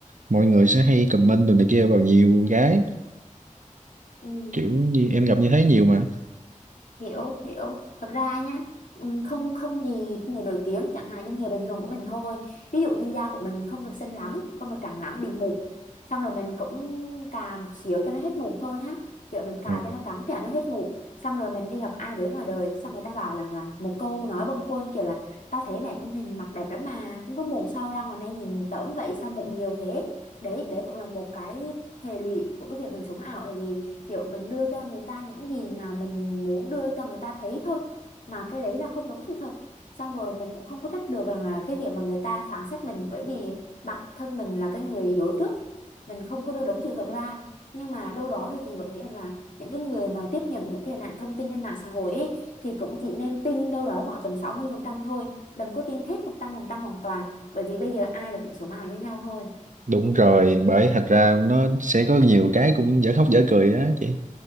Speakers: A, on the right; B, on the left.
A: mọi người sẽ hay comment đồ này kia vào nhiều cái
B: ừ
A: kiểu như em gặp như thế nhiều mà
B: hiểu hiểu thật ra nhá ừm, không không gì người nổi tiếng chẳng hạn như người bình thường của mình thôi ví dụ như da của mình không được xinh lắm không được trắng lắm bị mụn xong rồi mình cũng cà một xíu cho nó hết mụn thôi nhá kiểu mình cà
A: Ờ.
B: cho nó trắng trẻo nó hết mụn xong rồi mình đi gặp ai đấy ngoài đời xong người ta bảo rằng là một câu nói bâng quơ kiểu là tao thấy mày trên hình mặt đẹp lắm mà không có mụn sao ra ngoài này nhìn tởm vậy sao mụn nhiều thế đấy đấy cũng là một cái hệ lụy của cái việc mình sống ảo tại vì kiểu mình đưa cho người ta những gì mà mình muốn đưa cho người ta thấy thôi mà cái đấy là không đúng sự thật xong rồi mình cũng không có trách được rằng là cái việc mà người ta phán xét mình bởi vì bản thân mình là cái người dối trước mình không có đưa đúng sự thật ra nhưng mà đâu đó thì chị vẫn nghĩ rằng là những cái người mà tiếp nhận những cái hình ảnh thông tin trên mạng xã hội ấy, thì cũng chỉ nên tin đâu đó khoảng tầm 60% thôi đừng có tin hết 100% hoàn toàn bởi vì bây giờ ai là cũng số mạng như nhau thôi
A: Đúng rồi, bởi thành ra nó sẽ có nhiều cái cũng dở khóc dở cười đó chị.